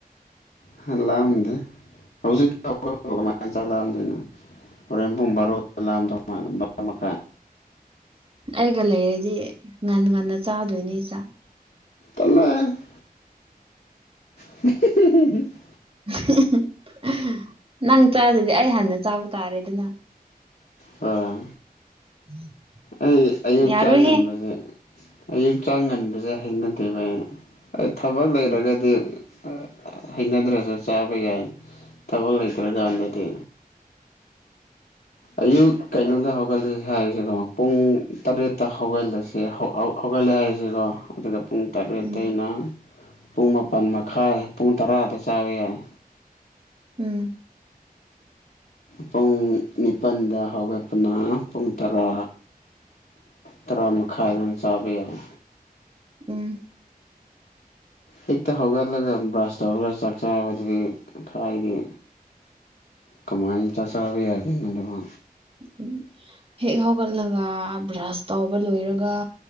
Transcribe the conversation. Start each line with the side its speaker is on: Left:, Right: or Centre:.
Left: ꯍ ꯂꯥꯝꯗꯦ ꯍꯧꯖꯤꯛꯇ <inaudible> ꯀꯃꯥꯏ ꯆꯥꯛ ꯂꯥꯝꯗꯣꯏꯅꯣ꯫ ꯍꯣꯔꯦꯟ ꯄꯨꯡ ꯕꯥꯔꯣꯗ ꯂꯥꯝꯗꯧ ꯃꯥꯂꯦ ꯕꯥꯔꯣ ꯃꯈꯥꯏ꯫
Right: ꯑꯩꯒ ꯂꯩꯔꯗꯤ ꯉꯟ ꯉꯟꯅ ꯆꯥꯗꯣꯏꯅꯤ ꯆꯥꯛ꯫
Left: <unintelligible> <unintelligible>
Right: <unintelligible> ꯅꯪ ꯆꯥꯗꯗꯤ ꯑꯩ ꯍꯥꯟꯅ ꯆꯥꯕ ꯇꯥꯔꯦꯗꯅ
Left: ꯑꯥ
Right: <inaudible>
Left: ꯑꯩ ꯑꯌꯨꯛ
Right: ꯌꯥꯔꯣꯏꯍꯦ
Left: ꯆꯥꯡ ꯉꯟꯕꯁꯦ ꯑꯌꯨꯛ ꯆꯥꯡ ꯉꯟꯕꯁꯦ ꯍꯩꯅꯗꯦꯕ ꯑꯩ ꯑꯩ ꯊꯕꯛ ꯂꯩꯔꯒꯗꯤ
Right: ꯎꯝ
Left: ꯑ ꯑ ꯍꯩꯅꯗ꯭ꯔꯁꯨ ꯆꯥꯕ ꯌꯥꯏ ꯊꯕꯛ ꯂꯩꯇ꯭ꯔꯀꯥꯟꯗꯗꯤ ꯑꯌꯨꯛ ꯀꯩꯅꯣꯗ ꯍꯧꯒꯠꯂꯁꯤ ꯍꯥꯏꯔꯤꯁꯤꯀꯣ ꯄꯨꯡ ꯇꯔꯦꯠꯇ ꯍꯧꯒꯂꯁꯦ ꯍꯧ ꯍꯧ ꯍꯧꯒꯠꯂꯦ ꯍꯥꯏꯔꯤꯁꯤꯀꯣ ꯑꯗꯨꯒ ꯄꯨꯡ ꯇꯔꯦꯇꯩꯩꯅ
Right: ꯎꯝ
Left: ꯄꯨꯡ ꯃꯥꯄꯜ ꯃꯈꯥꯏ ꯄꯨꯡ ꯇꯔꯥꯗ ꯆꯥꯕ ꯌꯥꯏ
Right: ꯎꯝ
Left: ꯄꯨꯡ ꯅꯤꯄꯜꯗ ꯍꯧꯒꯠꯄꯅ ꯄꯨꯡ ꯇꯔꯥ ꯇꯔꯥ ꯃꯈꯥꯏ ꯑꯗꯨꯃꯥꯏ ꯆꯥꯕ ꯌꯥꯏ
Right: ꯎꯝ
Left: ꯍꯦꯛꯇ ꯍꯧꯒꯠꯂꯒ ꯕ꯭ꯔꯁ ꯇꯧꯔꯒ ꯆꯥꯛ ꯆꯥꯕꯗꯨꯗꯤ ꯈꯔꯗꯤ ꯀꯃꯥꯏꯟ ꯆꯥꯛ ꯆꯥꯕ ꯌꯥꯗꯣꯏꯅꯣꯗꯨꯕꯣ
Right: ꯎ ꯎ ꯍꯦꯛ ꯍꯧꯒꯠꯂꯒ ꯕ꯭ꯔꯥꯁ ꯇꯧꯕ ꯂꯣꯏꯔꯒ